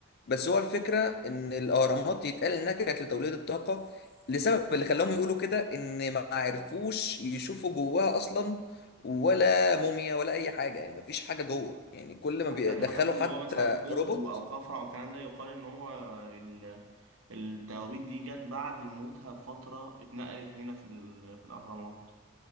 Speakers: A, on the left; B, on the right.
A: بس هو الفكره ان الاهرامات يتقال انها كانت لتوليد الطاقه لسبب اللي خلاهم يقولوا كده ان ما عرفوش يشوفوا جواها اصلا ولا موميا ولا اي حاجه يعني ما فيش حاجه جوه يعني كل ما
B: حتى
A: بيدخلوا
B: الحاجات اللي
A: حتى
B: هو مثلا خوفو
A: روبوت
B: أو خفرع والكلام ده يقال إن هو ال- التوابيت دي جت بعد موتها بفترة اتنقلت هنا في ال- في الأهرامات